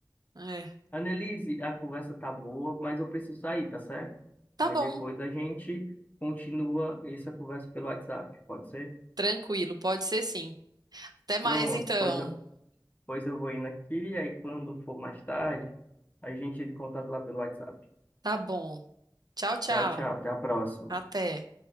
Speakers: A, on the right; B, on the left.
A: É,
B: Annelise, a conversa tá boa, mas eu preciso sair, tá certo?
A: tá
B: Aí
A: bom,
B: depois a gente continua essa conversa pelo WhatsApp, pode ser?
A: tranquilo, pode ser sim. Até mais
B: Pronto,
A: então.
B: pois eu, pois eu vou indo aqui, aí quando for mais tarde, a gente entra em contato lá pelo WhatsApp.
A: Tá bom. Tchau, tchau.
B: Tchau, tchau, até a próxima.
A: Até.